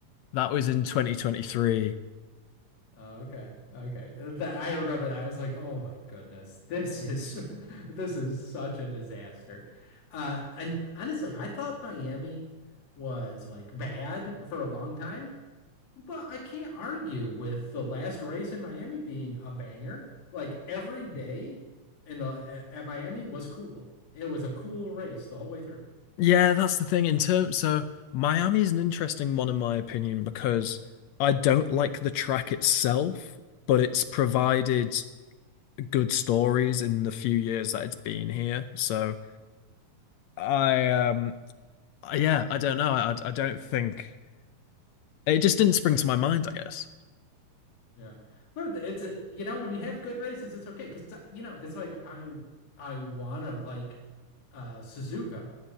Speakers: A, on the left (about 75°); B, on the left (about 60°).
A: that was in 2023.
B: Oh, okay. Okay. That I remember that. I was like, "Oh my goodness. This is <laughs> this is such a disaster." Uh and honestly, I thought Miami was like bad for a long time, but I can't argue with the last race in Miami being a banger. Like every day in the at Miami was cool. It was a cool race the whole way through.
A: Yeah, that's the thing in terms so Miami is an interesting one in my opinion because I don't like the track itself, but it's provided good stories in the few years that it's been here. So I um yeah, I don't know. I I don't think it just didn't spring to my mind, I guess.
B: Yeah. Well, it's a, you know, when you have good races, it's okay because you know, it's like I I wanna like uh Suzuka,